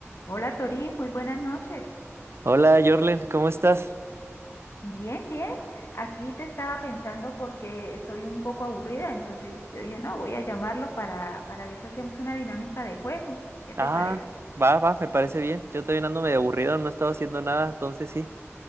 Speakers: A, on the left; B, on the right.
A: Hola Tori, muy buenas noches.
B: Hola, Jorlen, ¿cómo estás?
A: Bien, bien. Aquí te estaba pensando porque soy un poco aburrida, entonces yo dije, no, voy a llamarlo para, para ver si hacemos una dinámica de juego. ¿Qué
B: Ah,
A: te parece?
B: va, va, me parece bien. Yo también ando medio aburrido, no estaba haciendo nada, entonces sí,